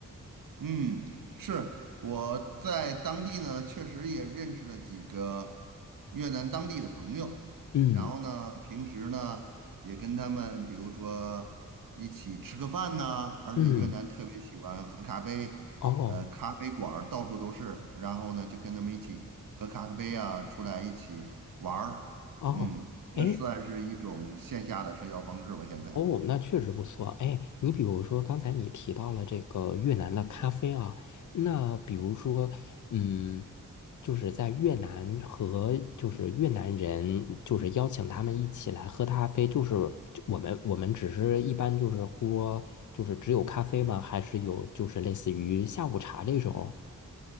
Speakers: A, on the right (about 75°); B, on the left (about 60°).
A: 嗯，是我在当地呢，确实也认识了几个越南当地的朋友，
B: 嗯
A: 然后呢，平时呢也跟他们，比如说一起吃个饭呐，而且越南特别喜欢喝咖啡，
B: 嗯，哦
A: 呃，咖啡馆儿到处都是，然后呢就跟他们一起喝咖啡啊，出来一起玩儿，
B: 哦。
A: 嗯，
B: 哎，
A: 这算是一种线下的社交方式吧，现在。
B: 哦，那确实不错。哎，你比如说刚才你提到了这个越南的咖啡啊，那比如说，嗯，就是在越南和就是越南人，就是邀请他们一起来喝咖啡，就是我们我们只是一般就是喝，就是只有咖啡吗？还是有就是类似于下午茶这种？